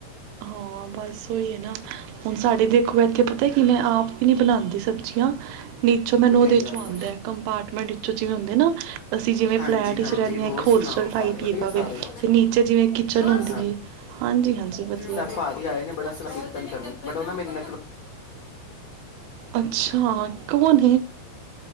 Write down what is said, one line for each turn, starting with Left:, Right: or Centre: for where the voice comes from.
Right: ਹਾਂ ਬਸ ਹੋਏ ਨਾ ਹੁਣ ਸਾਡੇ ਦੇਖੋ ਇੱਥੇ ਪਤਾ ਕਿ ਮੈਂ ਆਪ ਹੀ ਨਹੀਂ ਬਣਾਉਂਦੀ ਸਬਜ਼ੀਆਂ ਨੀਚੋਂ ਮੈਨੂੰ
Left: ਟਾਈਮ
Right: ਉਹਦੇ ਚੋਂ
Left: ਜਾਂਦਾ
Right: ਆਉਂਦਾ ਕੰਪਾਰਟਮੈਂਟ ਵਿਚੋਂ ਜਿਵੇਂ ਹੁੰਦੇ ਨਾ ਅਸੀਂ ਜਿਵੇ
Left: ਹਾਂਜੀ
Right: ਫਲੈਟ
Left: ਹਾਂਜੀ
Right: ਵਿਚ ਰਹਿੰਦੇ
Left: ਹੋਰ
Right: ਹਾਂ ਇੱਕ ਹੋਸਟਲ
Left: ਸੁਣਾਓ
Right: ਟਾਈਪ
Left: ਘਰ ਵਧੀਆ
Right: ਹੈਗਾ
Left: ਸਾਰੇ
Right: ਤੇ ਨੀਚੇ ਜਿਵੇਂ ਕਿਚਨ ਹੁੰਦੀ
Left: ਹਾਂ
Right: ਹੈ ਹਾਂਜੀ ਹਾਂਜੀ ਵਧੀਆ
Left: ਸਭ ਭਾਜੀ ਆਏ ਨੇ ਬੜਾ ਸੰਰ ਕਰਦਾ ਬਟ ਉਹਨਾਂ ਮੇਰੇ ਨਕਲ <unintelligible>
Right: ਅੱਛਾ ਕੌਣ